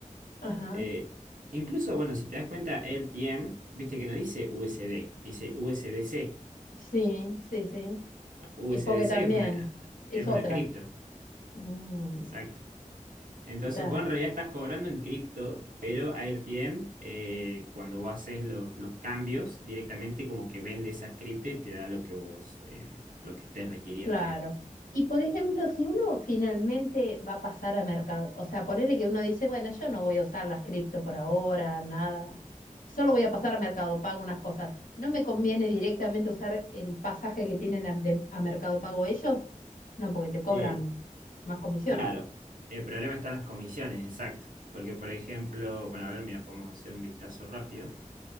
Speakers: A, on the left (about 85°); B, on the right (about 80°).
A: Ajá.
B: Eh, incluso, bueno, si te das cuenta, LTM, viste que no dice USD, dice USDC.
A: Sí, sí, sí.
B: USDC
A: Es porque
B: es
A: también
B: una,
A: es
B: es una
A: otra.
B: cripto.
A: Mm,
B: Exacto. Entonces,
A: está,
B: vos en realidad estás cobrando en cripto, pero AirTM, eh, cuando vos haces lo- los cambios, directamente como que vende esas cripto y te da lo que vos, eh, lo que estés requiriendo,
A: claro.
B: digamos.
A: Y por ejemplo, si uno finalmente va a pasar a mercado, o sea, ponerle que uno dice, bueno, yo no voy a usar las cripto por ahora, nada, solo voy a pasar a Mercado Pago unas cosas. ¿No me conviene directamente usar el pasaje que tienen a, de- a Mercado Pago ellos? No, porque te cobran
B: Eh,
A: más comisión.
B: claro, el problema está en las comisiones, exacto. Porque, por ejemplo, bueno, a ver, mira, podemos hacer un vistazo rápido.